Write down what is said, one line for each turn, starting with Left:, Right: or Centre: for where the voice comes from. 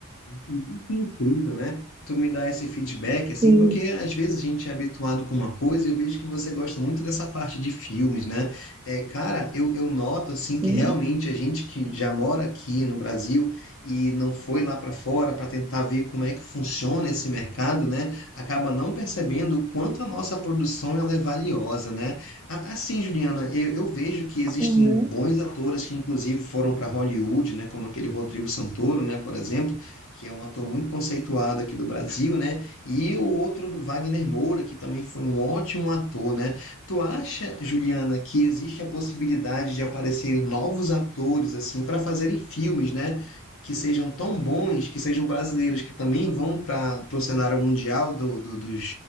Left: Hum, Que incrível, né? Tu me dá esse feedback, assim,
Right: Sim,
Left: porque às vezes a gente é habituado com uma coisa e eu vejo que você gosta muito dessa parte de filmes, né? É, cara, eu, eu noto, assim, que
Right: sim.
Left: realmente a gente que já mora aqui no Brasil e não foi lá para fora para tentar ver como é que funciona esse mercado, né? Acaba não percebendo o quanto a nossa produção ela é valiosa, né? A- Assim, Juliana, eu, eu vejo que existem
Right: Uhum.
Left: bons atores que, inclusive, foram para Hollywood, né? Como aquele Rodrigo Santoro, né? Por exemplo que é um ator muito conceituado aqui do Brasil, né? E o outro do Wagner Moura, que também foi um ótimo ator, né? Tu acha, Juliana, que existe a possibilidade de aparecerem novos atores assim para fazerem filmes, né? Que sejam tão bons, que sejam brasileiros, que também vão para o cenário mundial do, do- dos,